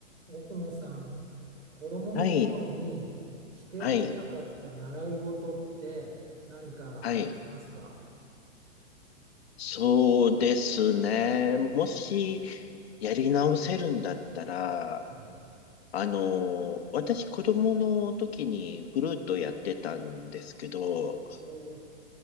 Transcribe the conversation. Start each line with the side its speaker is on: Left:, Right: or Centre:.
Right: 奥野さん、子供の頃にしておきたかった習い事って何かありますか、
Left: はい、はい、はい。そうですね。もし、やり直せるんだったら、
Right: うん、
Left: あの、私、子供の時にフルートやってたんですけど、
Right: お